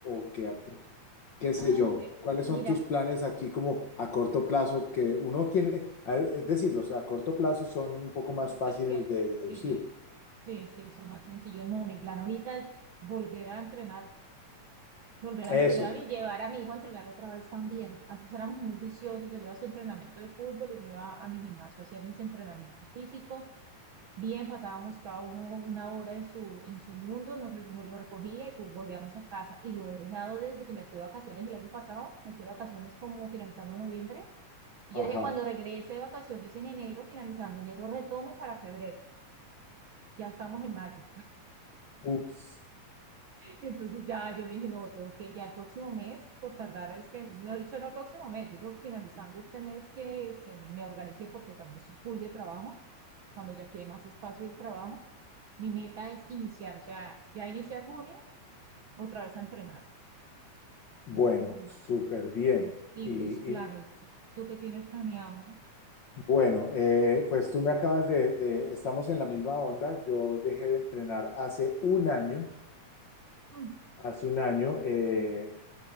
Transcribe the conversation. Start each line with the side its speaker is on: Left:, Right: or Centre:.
Left: o que, ap- qué sé
Right: ay,
Left: yo.
Right: sí,
Left: ¿Cuáles
Right: mira,
Left: son tus planes aquí como a corto plazo que uno tiene? a- Es decir, los a corto plazo son un poco más
Right: los
Left: fáciles
Right: pequeños,
Left: de deducir.
Right: sí, sí, sí, son más sencillos. No, mi plan ahorita es volver a entrenar volver a
Left: Eso,
Right: entrenar
Left: por
Right: y llevar
Left: ejemplo.
Right: a mi hijo a entrenar otra vez también. Antes éramos muy viciosos, él iba a su entrenamiento de fútbol y me iba a mi gimnasio a hacer mis entrenamientos físicos. Bien, pasábamos cada uno una hora en su, en su mundo, nos, nos lo recogía y pues volvíamos a casa. Y lo he dejado desde que me fui de vacaciones el año pasado, me fui de vacaciones como finalizando noviembre. Y
Left: Ajá.
Right: yo dije, cuando regrese de vacaciones en enero, finalizando enero, retomo para febrero. Ya estamos en mayo.
Left: Ups,
Right: Entonces ya yo dije, no, tengo que ya el próximo mes, por tardar este, no he dicho no el próximo mes, yo creo que finalizando este mes que se, me organicé porque también es un full de trabajo, cuando ya quede más espacio del trabajo, mi meta es iniciar, o sea, ya iniciar junio, otra vez a entrenar.
Left: Bueno,
Right: Esa es mi meta.
Left: súper bien.
Right: ¿Y
Left: Y,
Right: tus planes?
Left: y,
Right: ¿Tú, tú qué tienes planeado?
Left: bueno, eh, pues tú me acabas de, de- estamos en la misma onda. Yo dejé de entrenar hace un año,
Right: Mm,
Left: hace un año, eh,